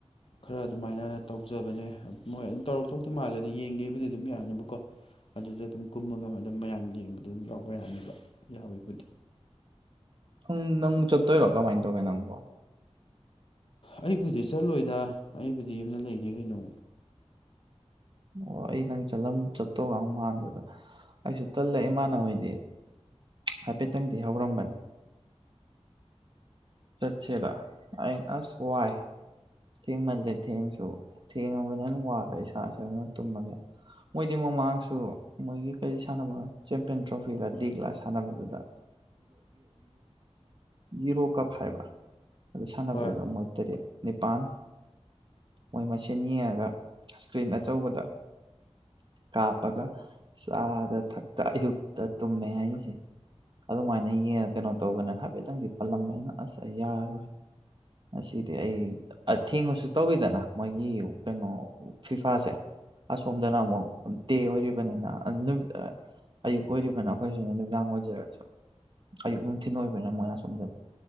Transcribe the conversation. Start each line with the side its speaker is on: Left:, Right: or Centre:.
Left: ꯈꯔ ꯑꯗꯨꯝ ꯑꯗꯨꯃꯥꯏꯅ ꯇꯧꯖꯕꯅꯦ ꯃꯣꯏ ꯑꯗꯨꯝ ꯇꯧꯔ ꯊꯣꯛꯇ ꯃꯥꯜꯂꯦ ꯑꯗ ꯌꯦꯡꯒꯦꯕꯨꯗꯤ ꯑꯗꯨꯝ ꯌꯥꯅꯦꯕꯀꯣ ꯑꯗꯨꯗ ꯑꯗꯨꯝ ꯀꯨꯝꯃꯒ ꯑꯗꯨꯝ ꯃꯌꯥꯝ ꯌꯦꯡꯕꯗ ꯑꯗꯨꯝ ꯌꯥꯎꯕ ꯌꯥꯅꯦꯕ ꯌꯥꯎꯋꯦꯕꯨꯗꯤ
Right: ꯎꯪ ꯅꯪ ꯆꯠꯇꯣꯏꯔꯣ ꯀꯃꯥꯏꯅ ꯇꯧꯒꯦ ꯅꯪꯕꯣ
Left: ꯑꯩꯕꯨꯗꯤ ꯆꯠꯂꯣꯏꯗ ꯑꯩꯕꯨꯗꯤ ꯌꯨꯝꯅ ꯂꯩꯅꯤ ꯀꯩꯅꯣ
Right: ꯑꯣ ꯑꯩ ꯅꯪ ꯆꯂꯝ ꯆꯠꯇꯧꯒ ꯃꯥꯟꯗꯨꯗ ꯑꯩꯁꯨ ꯇꯜꯂꯦ ꯏꯃꯥꯟꯅꯈꯣꯏꯗꯤ ꯍꯥꯏꯐꯦꯠꯇꯪꯗꯤ ꯍꯧꯔꯝꯕꯅꯤ ꯆꯠꯁꯤꯦꯔ ꯑ ꯑꯁ ꯋꯥꯏ ꯊꯦꯡꯃꯜꯂꯦ ꯊꯦꯡꯁꯨ ꯊꯦꯡꯉꯒꯅꯦꯅ ꯋꯥꯔꯦ ꯏꯁꯥ ꯏꯁꯅ ꯇꯨꯝꯃꯒꯦ ꯃꯣꯏꯗꯤ ꯃꯃꯥꯡꯁꯨ ꯃꯣꯏꯒꯤ ꯀꯔꯤ ꯁꯥꯟꯅꯕꯅ ꯆꯦꯝꯄꯤꯌꯟ ꯇ꯭ꯔꯣꯐꯤꯒ ꯂꯤꯒꯂ ꯁꯥꯟꯅꯕꯗꯨꯗ ꯌꯔꯣ ꯀꯞ ꯍꯥꯏꯕ꯭ꯔꯥ ꯑꯗꯨ ꯁꯥꯟꯅꯕꯗꯨꯗ
Left: ꯍꯣꯏ
Right: ꯃꯣꯏ ꯇꯔꯦ ꯄꯥꯟ ꯃꯣꯏ ꯃꯁꯦꯟ ꯌꯦꯡꯉꯒ ꯏꯁꯀ꯭ꯔꯤꯟ ꯑꯆꯧꯕꯗ ꯀꯥꯞꯄꯒ ꯆꯥꯗ ꯊꯛꯇ ꯑꯌꯨꯛꯇ ꯇꯨꯝꯃꯦ ꯍꯥꯏꯔꯤꯁꯦ ꯑꯗꯨꯃꯥꯏꯅ ꯌꯦꯡꯉ ꯀꯩꯅꯣ ꯇꯧꯗꯅ ꯍꯥꯏꯐꯦꯠꯇꯪꯗꯤ ꯄꯜꯂꯝꯕꯅ ꯑꯁ ꯌꯥꯔꯣꯏ ꯉꯗꯤ ꯑꯩ ꯊꯦꯡꯉꯁꯨ ꯇꯧꯋꯤꯗꯅ ꯃꯣꯏꯒꯤ ꯀꯩꯅꯣ ꯐꯤꯐꯥꯁꯦ ꯑꯁꯣꯝꯗꯅ ꯑꯃꯨꯛ ꯗꯦ ꯑꯣꯏꯔꯤꯕꯅꯤꯅ ꯅꯨꯃꯤ ꯑꯌꯨꯛ ꯑꯣꯏꯔꯤꯕꯅꯤ ꯑꯩꯈꯣꯏꯁꯨ ꯅꯨꯃꯤꯗꯥꯡ ꯑꯣꯏꯖꯔꯁꯨ ꯑꯌꯨꯛ ꯅꯨꯡꯊꯤꯤꯟ ꯑꯣꯏꯕꯅꯤꯅ ꯃꯣꯏ ꯑꯁꯣꯝꯗꯗꯤ